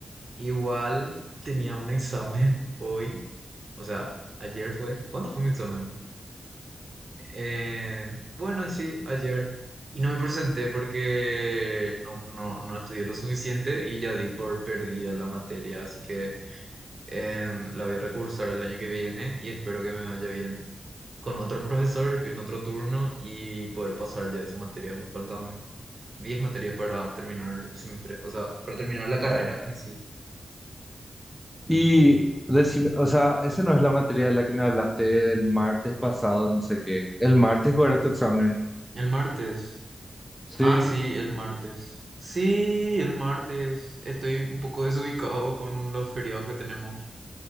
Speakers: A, on the right (about 55°); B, in the centre.
A: Igual tenía un examen <laughs> hoy, o sea, ayer fue. ¿Cuándo fue mi examen? Eh, bueno, sí, ayer. Y no me presenté porque no, no, no estudié lo suficiente y ya di por perdida la materia, así que en- la voy a recursar el año que viene y espero que me vaya bien con otro profesor en otro turno y poder pasar ya esa materia. Me faltan 10 materias para terminar el semestre, o sea, para terminar la carrera en sí.
B: Y decime, o sea, esa no es la materia de la que me hablaste el martes pasado, no sé qué. El martes ¿cuál era tu examen.
A: El martes.
B: Sí,
A: Ah, sí, el martes. Sí, el martes. Estoy un poco desubicado con los feriados que tenemos,